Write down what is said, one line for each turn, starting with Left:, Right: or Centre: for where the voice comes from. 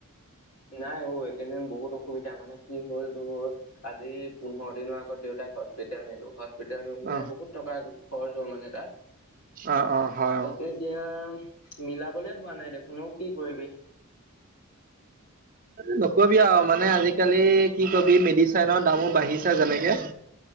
Left: নাই অ এইকেইদিন বহুত অসুবিধা মানে কি হ'ল তোৰ আজি পোন্ধৰ দিনৰ আগত দেউতাক হচপিতেল নিলো হচপিতেল নিওতে
Right: অ
Left: বহুত টকা খৰচ হ'ল মানে তাত
Right: অ অ হয়
Left: তাকে
Right: অ
Left: এতিয়া মিলাবলে হোৱা নাই দেখোন অ কি কৰিবি
Right: উ নকবি আও মানে আজি আজিকালি কি কবি মেডিচাইনৰ দামো বাঢ়িছে যেনেকে